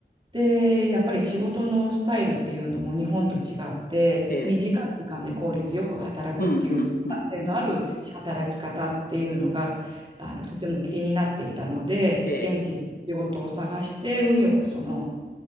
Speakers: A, on the right; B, on the left.
A: で、やっぱり仕事のスタイルっていうのも日本と違って、
B: ええ。
A: 短い時間で効率よく働くっていう生産性のある働き方っていうのが、
B: うんうんうんうんうん。
A: あの、とても気になっていたので、
B: ええ。
A: 現地で仕事を探して、運よくその